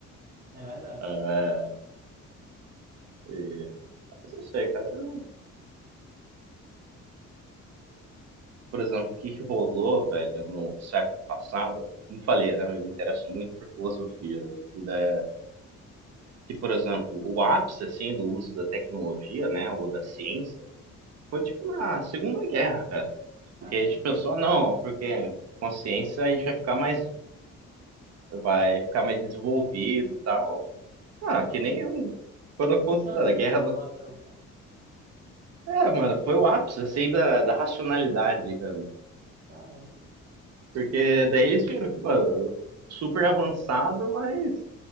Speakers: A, on the right; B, on the right.
A: É verdade.
B: É, e- Mas não sei, cara. eu- Por exemplo, o que que rolou, velho, no século passado? Como falei, né? Eu me interesso muito por filosofia. né, E da... Que, por exemplo, o ápice, assim, do uso da tecnologia, né? Ou da ciência, foi, tipo, na Segunda Guerra, cara.
A: Caramba,
B: Porque a gente pensou, ah, não, porque com a ciência a gente vai ficar mais, vai ficar mais desenvolvido e tal. Ah,
A: eu
B: que
A: não.
B: nem eu, quando eu
A: Não
B: conto
A: sabia
B: da guerra
A: dessa informação, cara.
B: É,
A: Pô,
B: mano,
A: Informação
B: foi o ápice,
A: boa.
B: assim, da, da racionalidade, digamos.
A: Caramba,
B: Porque daí eles viram que, mano, super avançado, mas